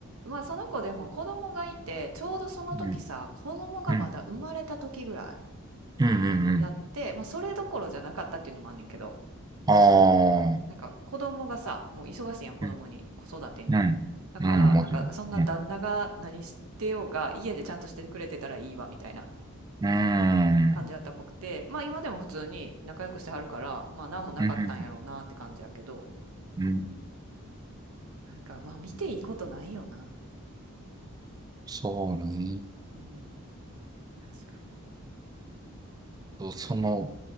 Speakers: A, on the right; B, on the right.
A: まあその子でも子供がいて、ちょうどその時さ、
B: うん。
A: 子供がまだ生まれた時ぐらい
B: うん。うん。うんうん
A: やって、まあそれどころじゃなかったっていうのもあんねんけど、
B: ああ。
A: なんか子供がさ、もう忙しいやん、子供に、
B: うん。
A: 子育てに。
B: うん。
A: だから、
B: うん。もちろん。
A: なんかそんな旦那が何してようが、
B: う
A: 家でちゃんとしてくれてたらいいわ、みたいな
B: ん。うん。
A: 感じやったっぽくて、まあ今でも普通に仲良くしてはるから、まあ何もなかったんやろうなって感じやけど、
B: うん。うん、
A: なんかまあ見ていいことないよな。
B: そうね。
A: うん、確かに。
B: と、その、